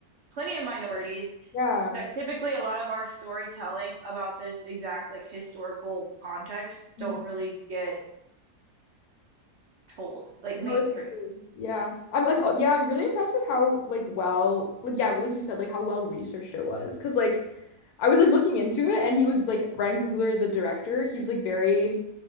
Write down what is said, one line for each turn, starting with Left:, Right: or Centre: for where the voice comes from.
Right: plenty of minorities
Left: Yeah.
Right: that typically a lot of our storytelling about this exact like historical context
Left: Mhm.
Right: don't really get told, like
Left: No,
Right: mainstream.
Left: it's so true. Yeah. I'm like, oh, yeah, I'm really impressed with how like well, like yeah, well, like you said, like how well researched it was. Because like, I was like looking into it, and he was like Ryan Coogler, the director. He was like very